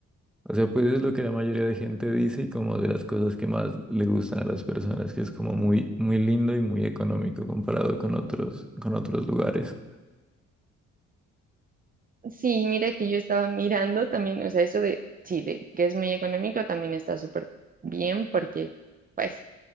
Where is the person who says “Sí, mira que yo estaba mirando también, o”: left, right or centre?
Right